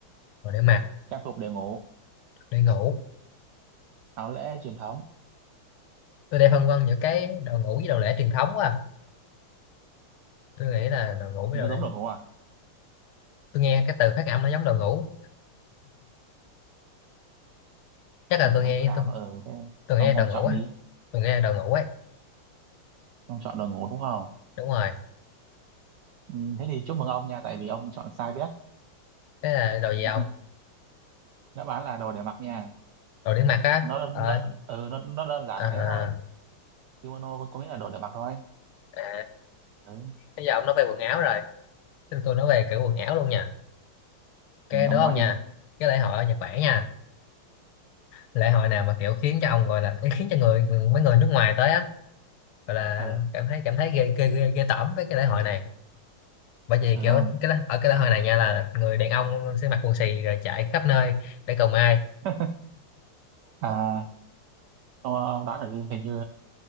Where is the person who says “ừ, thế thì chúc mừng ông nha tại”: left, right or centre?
Right